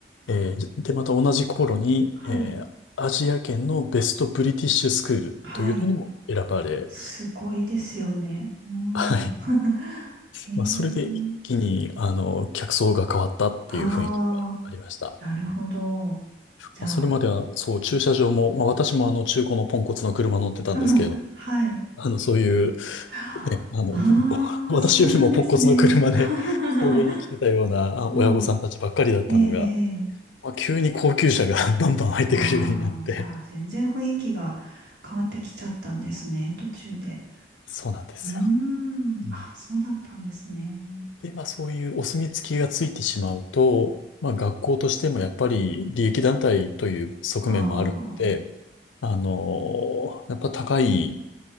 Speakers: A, on the left; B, on the right.
A: えーで、また同じ頃に、
B: はい。
A: えーアジア圏のベストブリティッシュスクールというのにも選ばれ、
B: はい。すごいですよね。うん。
A: はい。
B: <laughs> ええ。
A: まあ、それで一気に、あの、客層が変わったっていう雰囲気がありました。
B: ああ、なるほど。じゃあ、
A: まあ、それまでは、そう、駐車場も、まあ、私もあの、中古のポンコツの車乗ってたんですけれど、
B: うんはい。
A: あの、そういう、
B: ああ、
A: ね、あの、<laughs> 私よりもポンコツの車で
B: そうなんですね。<laughs>
A: <laughs>、送迎に来てたようなあ親御さんたちばっかりだったのが、
B: うん。ええ、ええ。
A: まあ、急に高級車が <laughs> バンバン入ってくるようになって、
B: ああ、じゃあ、全然雰囲気が変わってきちゃったんですね、途中で。
A: そうなんですよ。
B: うーん。
A: うん
B: あ、そうだったんですね。
A: で、まあ、そういうお墨付きがついてしまうと、まあ、学校としてもやっぱり利益団体という側面もあるので、
B: ああ、
A: あの、やっぱ高い